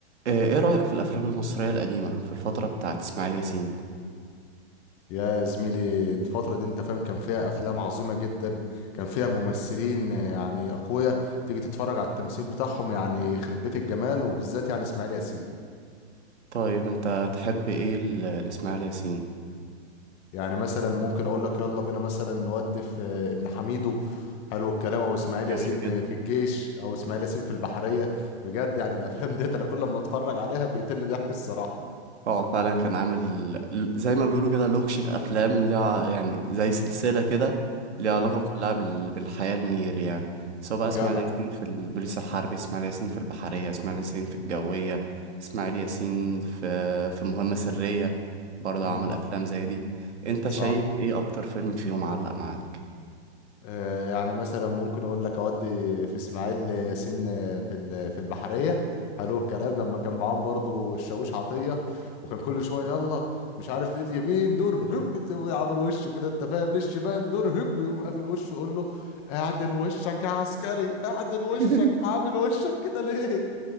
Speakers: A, on the right; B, on the left.
A: آه، ايه رأيك في الافلام المصرية القديمة في الفترة بتاعت اسماعيل ياسين
B: يا زميلي الفترة دي انت فاهم كان فيها افلام عظيمة جدا كان فيها ممثلين آه، يعني اقوياء تيجي تتفرج على التمثيل بتاعهم يعني يخرب بيت الجمال وبالذات يعني اسماعيل ياسين
A: طيب انت تحب ايه ل- لاسماعيل ياسين
B: يعني مثلا ممكن اقول لك يلا بينا مثلا نودي في آه، ابن حميدو حلو الكلام او اسماعيل ياسين
A: جميل جدا
B: في الجيش او اسماعيل ياسين في البحرية بجد يعني الافلام ديت انا كل ما اتفرج عليها بيقتلني ضحك الصراحة
A: اه فعلا كان عامل ل- زي ما بيقولوا كده لوكشة افلام ليها يعني زي سلسلة كده ليها علاقة
B: امم
A: كلها بال... بالحياة المير يعني سواء بقى
B: جدع
A: اسماعيل ياسين في البوليس الحربي اسماعيل ياسين في البحرية اسماعيل ياسين في الجوية اسماعيل ياسين في في مهمة سرية برضه
B: امم
A: عمل افلام زي دي انت
B: صح
A: شايف ايه اكتر فيلم فيهم علق معاك
B: آه، يعني مثلا ممكن اقول لك اودي في اسماعيل ياسين آه، في ال- في البحريه حلو الكلام لما كان معاهم برضو الشاويش عطيه وكان كل شويه يلا مش عارف ليه اليمين دور هب تقوم عمل وشه كده انت فاهم ليه الشمال دور هب يقوم قافل وشه يقول له اعدل وشك يا عسكري اعدل وشك
A: <laughs>
B: عامل وشك كده ليه